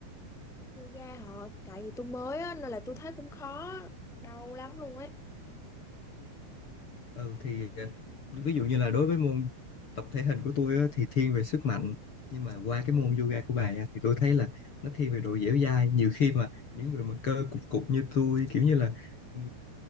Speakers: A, in the centre; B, on the left.
A: Yoga họ, tại vì tôi mới á, nên là tôi thấy cũng khó, đau lắm luôn ấy.
B: Ừ thì ờ, ví dụ như là đối với môn tập thể hình của tôi á, thì thiên về sức mạnh nhưng mà qua cái
A: Ừ,
B: môn yoga của bà nha thì tôi thấy là nó thiên về độ dẻo dai nhiều khi mà những người mà cơ cục cục như tôi kiểu như là ừ,